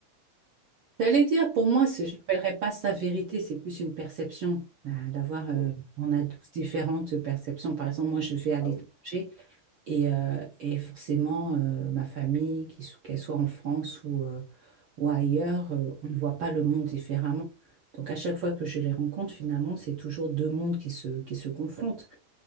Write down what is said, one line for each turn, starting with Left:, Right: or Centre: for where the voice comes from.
Right: J'allais dire, pour moi, c'est- je n'appellerais pas ça vérité, c'est plus une perception. euh, D'avoir, euh,
Left: Oui,
Right: on a
Left: oui.
Right: tous différentes perceptions. Par exemple, moi, je vais à l'étranger.
Left: Ah oui,
Right: Et, euh, et forcément, euh, ma famille, qu'il so- qu'elle soit en France ou, euh, ou ailleurs, euh, on ne voit pas le monde différemment. Donc à chaque fois que je les rencontre, finalement, c'est toujours deux mondes qui se, qui se confrontent.